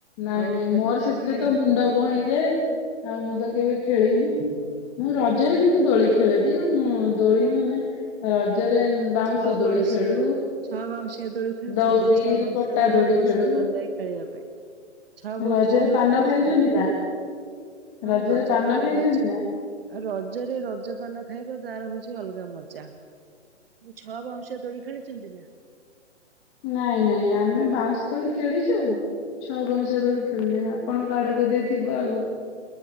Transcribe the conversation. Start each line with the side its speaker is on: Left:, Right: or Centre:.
Left: ନାଇଁ
Right: ଆଉ
Left: ନାଇଁ
Right: ଖେଳିଲେ
Left: ମୋର ସେଥିରେ
Right: ଗୋଟେ
Left: ତ ମୁଣ୍ଡ କଣ ହେଇଯାଏ ଆଉ ମୁଁ ତ କେବେ ଖେଳିନି। ମୁଁ ରଜରେ କିନ୍ତୁ ଦୋଳି ଖେଳେଦୋଳି ଆଉ ମୁଁ ଦୋଳି ମାନେ ରଜରେ। ବାଉଁଶ
Right: ଛଅ ବାଉଁଶିଆ
Left: ଦୋଳି ଖେଳୁ
Right: ଛଅ ବାଉଁଶିଆ ଦୋଳି ଖେଳୁଛନ୍ତି
Left: ଦଉରି
Right: ଛଅ ବଉଁଶିଆ
Left: ପଟା
Right: ଦୋଳି ବହୁତ
Left: ଖେଳୁ।
Right: ସୁନ୍ଦର ଲାଗେ। ଖେଳିବା ପାଇଁ। ଛଆ ବାଉଁଶିଆ
Left: ରଜରେ
Right: ଦୋଳି
Left: ପାନ
Right: ଖେଳିଛନ୍ତି
Left: ଖାଇଛନ୍ତି ନା
Right: ହଁ
Left: ରଜରେ
Right: ରଜପାନ
Left: ପାନ ଖାଇଛନ୍ତି
Right: ଖାଇଛି।
Left: ନା?
Right: ଆଉ ରଜରେ ରଜ ପାନ ଖାଇବ ତାର ହଉଛି ଅଲଗା ମଜା। ଛଅ ବାଉଁଶିଆ ଦୋଳି ଖେଳିଛନ୍ତି ନା।
Left: ନାଇଁ ନାଇଁ ଆମେ ବାଉଁଶ ଦୋଳି ଖେଳିଛୁ। ଛଅ ବାଉଁଶିଆ ଖେଳିଲେ ଆପଣଙ୍କ ଆଡେ ବଧେ ଥିବ ଆଉ।